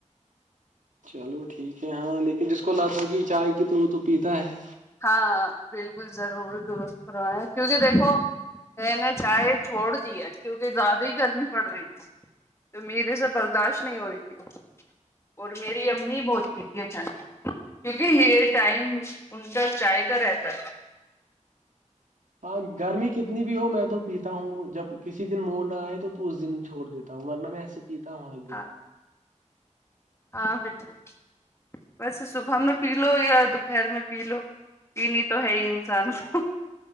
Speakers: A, on the right (about 80°); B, on the left (about 20°).
A: چلو ٹھیک ہے ہاں لیکن جس کو لت ہوگی چائے کی تو وہ تو پیتا ہے
B: ہاں بالکل ضرور درست رہو ہیں کیونکہ دیکھو میں نہا چائے چھوڑ دی ہے کیونکہ زیادہ ہی گرمی پڑ رہی ہے تو میرے سے برداشت نہیں ہو رہی تھی وہ اور میری امی بہت پیتی اچانک کیونکہ یہ ٹائم اننٹر چائے کا رہتا
A: ہاں گرمی کتنی بھی ہو میں تو پیتا ہوں جب کسی دن موڑ نہ آئے تو اس دن چھو دیتاوں ورہ میں ایے پیتا ہوں ایک دن
B: ہاں ہاں بالکل ویسے صبح میں پی لو یا دوپہر میں پی لو پی نہیں تو ہے ہی انسان کو